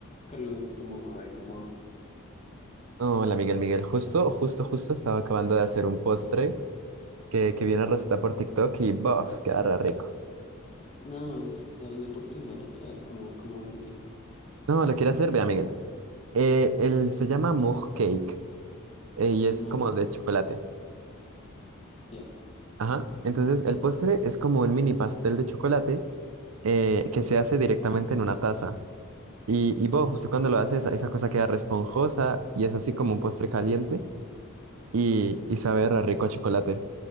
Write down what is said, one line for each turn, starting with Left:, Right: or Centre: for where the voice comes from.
Left: Carlos, como, ay, como,
Right: No, Hola Miguel, Miguel, justo, justo, justo estaba acabando de hacer un postre que, que viene receta por TikTok y ¡bof! quedará rico.
Left: no, estaban de postres, bueno, a ver, ¿cómo, cómo es o qué?
Right: No, lo quiere hacer, vea Miguel. Eh, él se llama Mug Cake eh, y es
Left: Mo,
Right: como de chocolate.
Left: ya,
Right: Ajá. Entonces el postre es como un mini pastel de chocolate eh, que se hace directamente en una taza. Y, y ¡bof! usted cuando lo hace esa, esa cosa queda responjosa y es así como un postre caliente y, y sabe re rico a chocolate.